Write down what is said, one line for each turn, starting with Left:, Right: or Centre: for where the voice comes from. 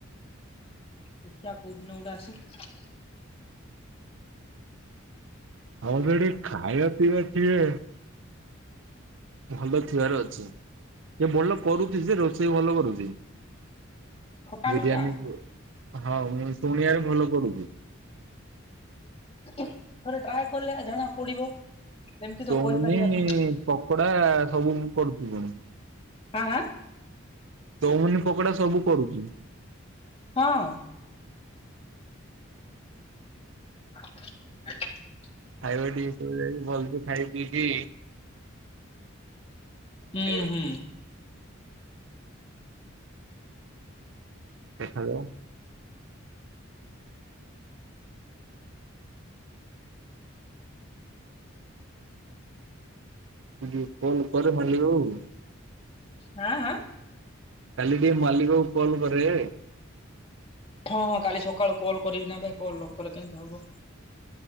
Left: ଦେଖିଆ କୋଉଦିନ ଗୋଟା ଆସିକି
Right: ହଉ ସେଠି ଖାଇବା ପିଇବା ଟିକେ ଭଲ ଥିବାର ଅଛି। ଏ ଭଲ କରୁଚି ଯେ ରୋଷେଇ ଭଲ କରୁଚି।
Left: ଖଟା
Right: ବିରିୟାନୀ
Left: ମିଠା
Right: ହଁ ମୁଁ ଶୁଣିବାରେ ଭଲ କରୁଚି।
Left: ଥରେ ଟ୍ରାଏ କଲେ ଜଣା ପଡିବ। ଏମିତି ତ
Right: ଚଉମିନି
Left: କହିପାରିବାନି
Right: ପକୋଡା ସବୁ କରୁଚି ପୁଣି।
Left: ହାଁ ହାଁ?
Right: ଚଉମିନି ପକୋଡା ସବୁ କରୁଚି।
Left: ହଁ। <inaudible>
Right: ଖାଇବା ଟିକେ <unintelligible> ଭଲସେ ଖାଇ ପିଇକି ଖାଇବା
Left: ହୁଁ ହୁଁ।
Right: ଦେଖାଯାଉ। ଟିକେ କଲ କରେ ମାଲିକ ଆଉ।
Left: ହାଁ ହାଁ।
Right: କାଲି ଟିକେ ମାଲିକ କୁ କଲ୍ କରେ।
Left: ହଁ ହଁ କାଲି ସକାଳୁ କଲ୍ କରିବି ନା ଭାଇ କଲ୍ ନକଲେ କେମିତି ହବ।